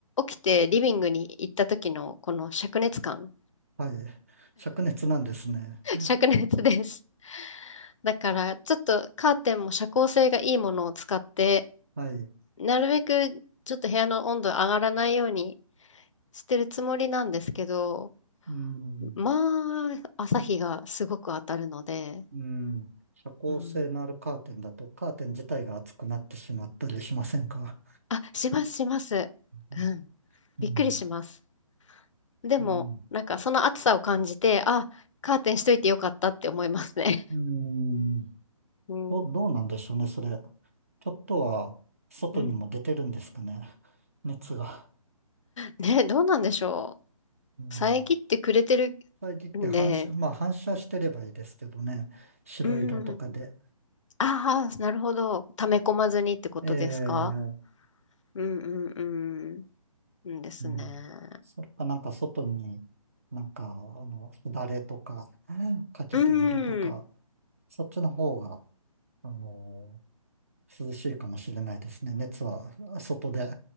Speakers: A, on the left; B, on the right.
A: きてリビングに行った時のこの灼熱感、
B: はい。灼熱なんですね。
A: <laughs> 灼熱です。だから、ちょっとカーテンも遮光性がいいものを使って、
B: はい。
A: なるべくちょっと部屋の温度上がらないようにしてるつもりなんですけど、
B: うん、
A: まあ、朝日がすごく当たるので、
B: うん。遮光性のあるカーテンだと、
A: うん。
B: カーテン自体が熱くなってしまったりしませんか
A: あ、します、します。
B: うん、
A: うん。
B: うん、
A: びっくりします。でも、
B: うん。
A: なんかその暑さを感じて、あ、カーテンしといてよかったって思いますね。
B: うん
A: <laughs> うん。
B: どう、どうなんでしょうね、それ。ちょっとは、外にも出てるんですかね。
A: うん。
B: 熱が。
A: ね、どうなんでしょ
B: うん
A: う。遮ってくれてる
B: 遮って反射、
A: んで、
B: まあ反射してればいいですけどね。白色とかで。
A: うん。ああ、なるほど。溜め込まずにってことですか
B: ええ
A: うんうんうん。うんですね。
B: うん。それかなんか外に、なんか、あの、すだれとか、かけてみるとか、
A: うん。
B: そっちの方が、あの涼しいかもしれないですね。熱は外で、